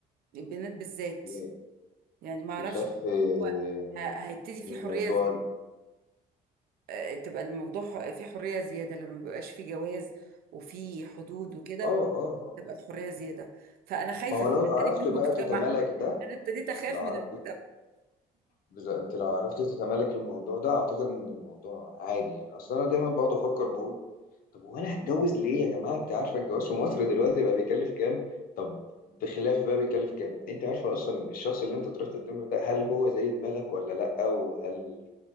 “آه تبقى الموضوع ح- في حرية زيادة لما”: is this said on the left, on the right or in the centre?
Right